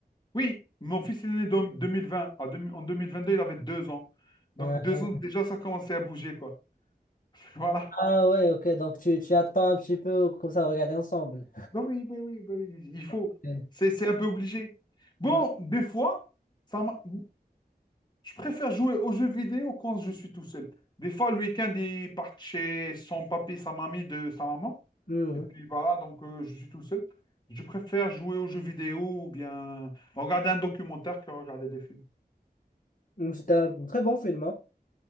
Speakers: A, on the left; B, on the left.
A: Oui, mon fils, il est né dans 2020. En deux mille en 2022, il avait deux ans. Donc,
B: Ouais.
A: deux ans, déjà, ça commençait à bouger, quoi. <laughs> Voilà.
B: Ah ouais, ok, donc tu, tu attends un petit peu, comme ça, on regarder ensemble.
A: Ben oui, ben oui, ben oui, il faut.
B: Ok.
A: C'est, c'est un peu obligé. Bon,
B: Hmm,
A: des fois, ça m'a- Je préfère jouer aux jeux vidéo quand je suis tout seul. Des fois, le week-end, ils partent chez son papy, sa mamie, de sa maman.
B: hmm.
A: Et puis voilà, donc euh, je suis tout seul. Je préfère jouer aux jeux vidéo ou bien regarder un documentaire que regarder des films.
B: Hmm, C'était un très bon film, hein.